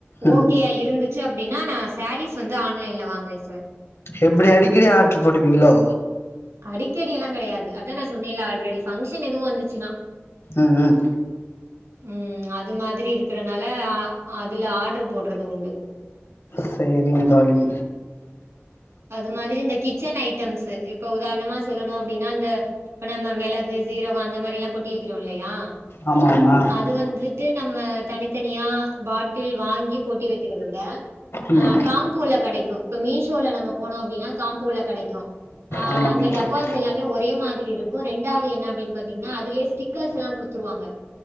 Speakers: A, on the left (about 70°); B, on the right (about 85°).
A: ம்
B: ஓகேயா இருந்துச் சு அப்டினா நா சாரீஸ் வந்து ஆன்லைன்ல வாங்குவே சார்
A: எப்டி அடிக்கடி ஆட்ரு போட்டுபீங்ளோ
B: அடிக்கடி எல்லாங் கெடையாது அதா நா சொன்னேல ஆல்ரெடி ஃபங்க்ஷன் எதுவு வந்துச்சுனா
A: ம் ம்
B: ம் அது மாதிரி இருக்கறனால அ அதுல ஆர்டர் போட்றது உண்டு
A: செரிங்க நீங்க தோழி
B: அது மாதிரி இந்த கிச்சன் ஐட்டம்ஸூ இப்ப உதார்ணமா சொல்லனு அப்டினா அந்த இப்ப நம்ம மெளகு சீரகோ அந்த மாரிலாங் கொட்டி வெகிறோ இல்லையா
A: ஆமா ஆமா
B: அது வந்து ட்டு நம்ம தனித்தனியா பாட்டில் வாங்கி கொட்டி வெக்கிறத விட
A: ம்
B: அ காம்போல கெடைக்கு இப்ப மீஷோல நம்ம போனோ அப்டினா காம்போல கெடைக்கு ஆ
A: ஆமாங்க
B: அந்த
A: தோழி
B: டப்பாஸ் எல்லாமே ஒரே மாதிரி இருக்கோ ரெண்டாவது என்ன அப்டின் பாத்தீங்னா அதுலே ஸ்டிக்கர்ஸ்லாங் குடுத்துருவாங்க